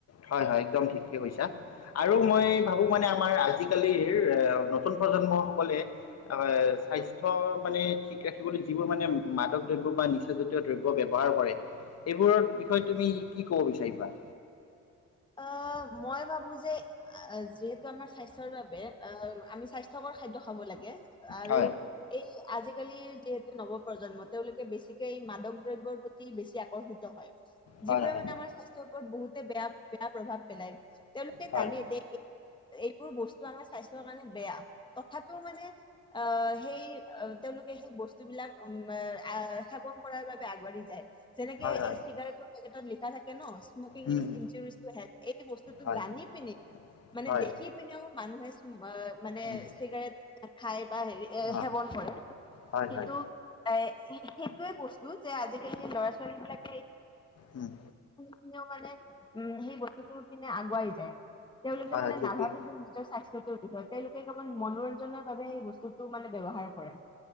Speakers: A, on the left; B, on the left.
A: হয় হয় একদম ঠিকে কৈছা আৰু মই ভাবো মানে আমাৰ আজিকালিৰ এ নতুন প্ৰজন্ম সকলে আহ স্বাস্থ্্য মানে ঠিক ৰাখিবলৈ যিবোৰ মানে মাদক দ্ৰব্য বা নিচাজাতীয় দ্ৰব্য ব্যৱহাৰ কৰে এইবোৰৰ বিষয়ে তুমি কি ক বিিষাবাৰ
B: অ মই ভাবো যে যিহেতু আমাৰ স্বাস্থ্যৰ বাবে আমি স্বাস্থ্যকৰ খাদ্য হ'ব লাগে আৰু
A: হয়
B: এই আজিকালি যিহেতু নৱ প্ৰ্ৰজন্ম তেওঁলোকে বেছিকে এই মাদক দ্ৰব্যৰ প্ৰতি বেছি আকৰ্ষিত হয়
A: হয়
B: যিবোৰে
A: হয়
B: মানে আমাৰ স্বাস্থ্য বহুতে বেয়া বেয়া প্ৰভাৱ পেলায় তেওঁলোকে
A: হয় হয়
B: জানে এইবোৰ বস্তু আমাৰ স্বাস্থ্যৰ কাৰণে বেয়া তথাপিও মানে আ সেই অ তেওঁলোকে সেই বস্তু বিলাক উম সেৱন কৰাৰ বাবে আগবাঢ়ি যায় যেনেকে
A: হয় হয়
B: এই চিগাৰেটৰ পেটত লিখা থাকে কেনছ সমকিন
A: উম,
B: ইছ
A: উম,
B: ইঞ্জুৰ এই বস্তুতটো
A: হয়
B: জানি পিনেি
A: হয়
B: মানে দেখি পিনেও মানু <unintelligible> অ মানে
A: উম,
B: চিগাৰেট খাই বা হেৰি এ
A: অ,
B: সেৱন কৰে
A: হয়
B: কিন্তু
A: হয়
B: এে সে সাইটো এ কৈছো যে আজিকালি ল'ৰা ছোৱালী বিলাকে
A: উম,
B: <inaudible> সি মনে উম সেই বস্তুটোৰ পিনে আগুৱাই যায়ে যেনে তেওঁলোকে
A: হয়
B: মানে
A: হয় ঠিকেই
B: নাভাবে নিজৰ স্বাস্থ্যটোৰ তেওঁলোকে কেৱল মনোৰঞ্জনৰ বাবে সেই বস্তুটো মানে ব্যৱহাৰ কৰে